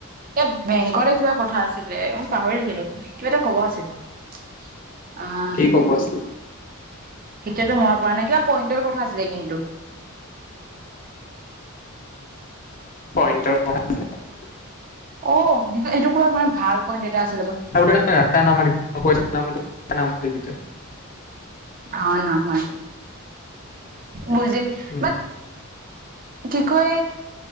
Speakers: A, on the right; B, on the left.
A: এ বেংকৰে কিবা কথা আছিলে। মই পাহৰি থাকিলো কিবা এটা কব আছিল। অহ। এতিয়াতো
B: কি ক'ব আছিল
A: মনত পৰা নাই। কিবা পইণ্টৰ কথা আছিলে কিন্তু।
B: পইণ্টৰ ক <unintelligible>
A: অ এইটো পুৰা মানে ভাল পইণ্ট এটা আছিল।
B: <unintelligible>
A: অ নামাৰো। বুজিম
B: উম,
A: বাট কি কয়?